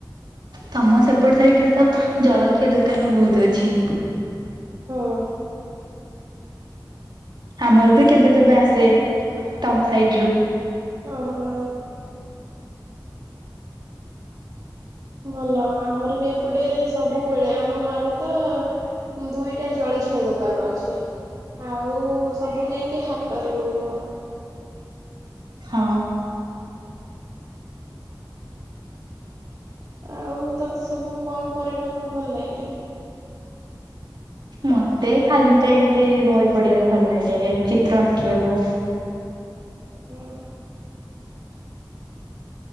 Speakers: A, on the right; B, on the right.
A: ତମ ସେପଟ ସାଇଟରେ ତ ଜଳଖିଆ ଦୋକାନ ହ ବହୁତ ଅଛି।
B: ହଁ।
A: ଆମର ବି କେବେ କେବେ ଆସେ ତମ ସାଇଡରୁ।
B: ଓ ହୋ। ଭଲ ଆମର ବି ଏପଟେ ସବୁ ବୁବେଳେ ଆମ ଗାଁରେ ତ ଦୁଇଟା ଜଳଖିଆ ଦୋକାନ ଅଛି। ଆଉ ସବୁ ଯାଇକି ହାଟରେ ମିଳିବ।
A: ହଁ।
B: ଆଉ ତୋତେ ସବୁ କଣ କରିବାକୁ ଭଲ ଲାଗେ?
A: ମତେ ଖାଲି ଟାଇମରେ ବହି ପଢିବାକୁ ଭଲ ଲାଗେ ଚିତ୍ର ଆଙ୍କିବାକୁ
B: ଓ ହୋ।